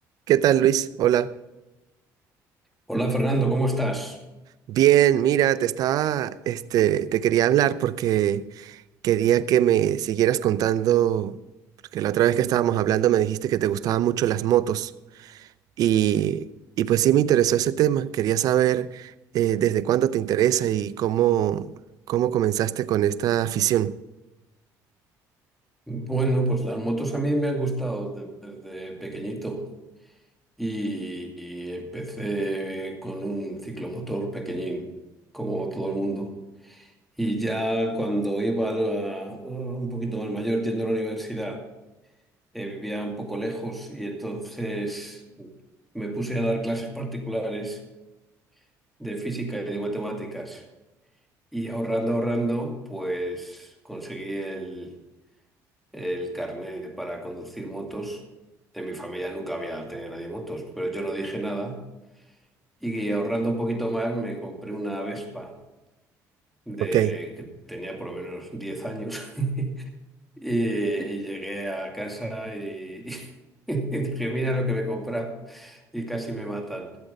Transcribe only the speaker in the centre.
Hola Fernando, ¿cómo estás?
Bueno, pues las motos a mí me han gustado de- desde pequeñito y, y empecé con un ciclomotor pequeñín, como todo el mundo. Y ya cuando iba a la- un poquito más mayor, yendo a la universidad, eh, vivía un poco lejos y entonces me puse a dar clases particulares de física y de matemáticas. Y ahorrando, ahorrando, pues conseguí el el carnet para conducir motos. En mi familia nunca había tenido nadie motos, pero yo no dije nada. Y ahorrando un poquito más, me compré una Vespa de
que tenía por lo menos 10 años. <laughs> Y, y llegué a casa y, <laughs> y dije, mira lo que me he comprado. Y casi me matan.